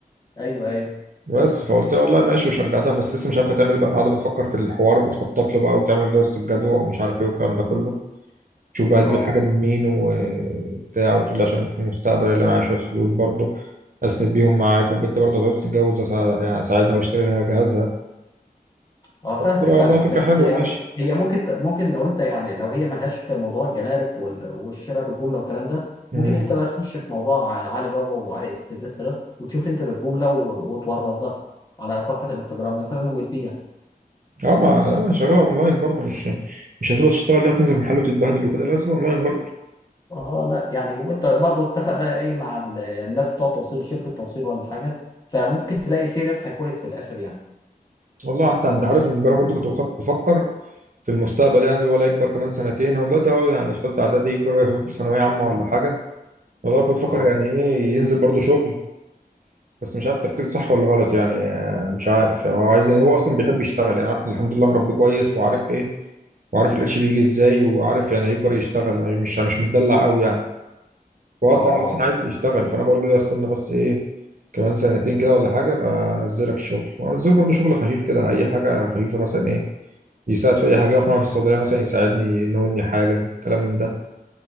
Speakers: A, on the left (about 25°); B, on the right (about 60°).
A: ايوه ايوه
B: بس فقلت لها والله ماشي وشجعتها بس لسه مش عارفه تعمل إيه بقى قاعده بتفكر في الحوار وبتخطط له بقى وتعمل دراسه الجدوى ومش عارف ايه والكلام ده كله تشوف بقى
A: اه
B: تجيب الحاجه من مين وبتاع وتقول لي عشان في المستقبل اللي معايا شويه فلوس برضه اسند بيهم معاك والبنت برضه هتقعد تتجوز أسا- يعني اساعدها واشتري لها جهازها
A: اه
B: قلت
A: فاهمك
B: لها
A: فاهم
B: والله فكره
A: بس
B: حلوه
A: يعني
B: ماشي
A: هي ممكن ت- ممكن لو انت يعني لو هي ملهاش في موضوع الجمارك وال- والشراء بالجمله والكلام ده
B: امم
A: ممكن انت بقى تخش في موضوع علي بابا وعلي اكسبريس ده وتشوف انت بالجمله و- وتورد ده على صفحه الانستجرام مثلا وتبيع
B: اه ما أنا شغاله اونلاين برضه مش مش هسيبها تشتغل لا تنزل محل وتتبهدل وكده لا هسيبها اونلاين برضه
A: اه لا يعني وانت برضو اتفق بقى ايه مع ال- الناس بتوع التوصيل شركة توصيل ولا حاجة فممكن تلاقي فيه ربح كويس في الاخر يعني
B: والله حتى انت عارف ان امبارح برضه كنت بخط- بفكر في المستقبل يعني الولد يكبر كمان سنتين هو دلوقتي هو يعني في ثالثه اعدادي يكبر ويدخل ثانويه عامه ولا حاجه والله كنت بفكر
A: اه
B: يعني ايه ينزل برضه شغل بس مش عارف تفكير صح ولا غلط يعني آه، مش عارف يعني هو عايز يعني هو اصلا بيحب يشتغل يعني عارف إن الحمد لله مربيه كويس وعارف ايه وعارف القرش بيجي ازاي وعارف يعني هيكبر يشتغل مش مش متدلع قوي يعني هو
A: اه
B: انت
A: اه
B: اصلا عايز يشتغل فانا بقول له لا استنى بس ايه كمان سنتين كده ولا حاجه بقى انزلك شغل وانزله برضه شغل خفيف كده اي حاجه خفيفه مثلا ايه يساعد في اي حاجه يقف معايا في الصيدليه مثلا يساعدني ينولني حاجه كلام من ده